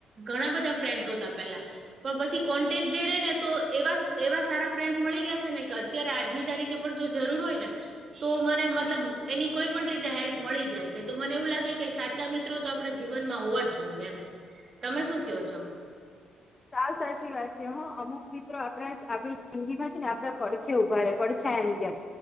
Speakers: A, on the right; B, on the left.
A: ઘણા બધા ફ્રેન્ડસ હતા પેલા. પણ પછી કોન્ટેક જે રે ને, તો એવા એવા સારા ફ્રેન્ડસ મળી ગયા છે ને કે, અત્યારે આજની તારીખે પણ જો જરૂર હોય ને. તો મને મતલબ એની કોઈ પણ રીતે હેલ્પ મળી જાય છે, તો મને એવું લાગે કે સાચ બચ્ચાં, મિત્રો તો આપણે જીવનમાં હોવા જ જોઈએ, એમ તમે શું કહો છો?
B: સા સાચી વાત છે, હ અમુક મિત્રો આપણા આપણી જિંદગીમાં છે ને, આપડા પડખે ઊભા ર પડખ છા, એની જેમ